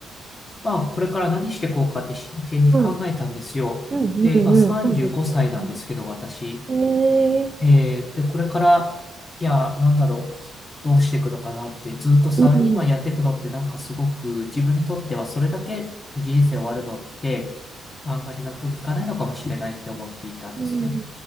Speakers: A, on the left; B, on the right.
A: まあ、これから何していこうかって真剣に考えたんですよ。
B: うん、うん、
A: で、
B: うん、
A: 今35歳なんですけど、
B: うんそうですよね。
A: 私。
B: ええ
A: えーで、これから、いや、なんだろう、どうしていくのかなって、ずっとサラリーマンやっていくのって、
B: うん、
A: なんかすごく自分にとってはそれだけで人生終わるのって、あんまり納得いかないのかもしれないって思っていたんですね。
B: うん、